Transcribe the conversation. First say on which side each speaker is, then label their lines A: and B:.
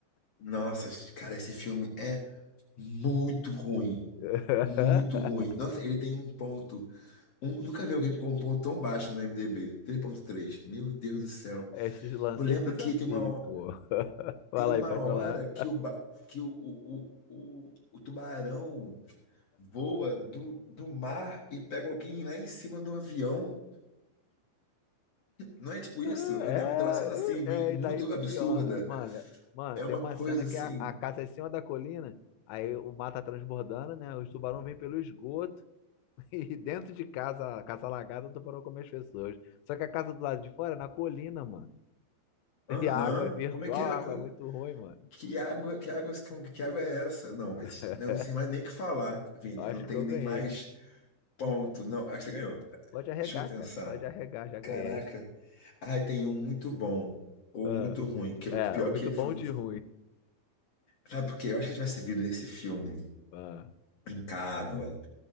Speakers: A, on the left; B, on the left.
A: Nossa, cara, esse filme é muito ruim.
B: <laughs>
A: Muito ruim. Nossa, ele tem um ponto. um- nunca vi alguém com um ponto tão baixo no IMDb. três ponto três Meu Deus do céu.
B: Esse lancei
A: Eu lembro
B: o desafio,
A: que tem uma.
B: pô. <laughs> Vai
A: Tem
B: lá
A: uma
B: aí, pode
A: hora
B: falar.
A: que o, ba- que o, o, o, o, o tubarão voa do, do mar e pega alguém lá em cima do avião. Não é tipo
B: É,
A: isso? Eu lembro, tem
B: é,
A: uma cena assim, meio-
B: é,
A: muito
B: e daí pra
A: absurda.
B: pior. É, Mano, mano,
A: É
B: tem
A: uma
B: uma
A: coisa
B: cena
A: assim.
B: que a, a casa é em cima da colina, aí o mar tá transbordando, né? Os tubarões vêm pelo esgoto <laughs> e dentro de casa, a casa alagada, o tubarão come as pessoas. Só que a casa do lado de fora é na colina, mano.
A: Aham,
B: <laughs> E a água é virtual,
A: como é que a
B: a
A: co-
B: água é muito ruim, mano.
A: Que água, que água, que água é essa? Não,
B: <laughs>
A: esse- eu não sei mais nem o que falar, Vini.
B: Acho
A: Eu não tenho
B: que eu
A: nem
B: ganhei.
A: mais ponto. Não, acho que você ganhou.
B: Pode arregar,
A: Deixa eu pensar.
B: cara. Pode arregar, já ganhei.
A: Caraca. Ah, tem um muito bom ou
B: Ah,
A: muito ruim. Que eu-
B: é,
A: pior
B: muito
A: que
B: bom
A: foi,
B: de ruim.
A: Sabe por quê? Eu acho que se tivesse vindo esse filme
B: Ah.
A: em casa, Hum.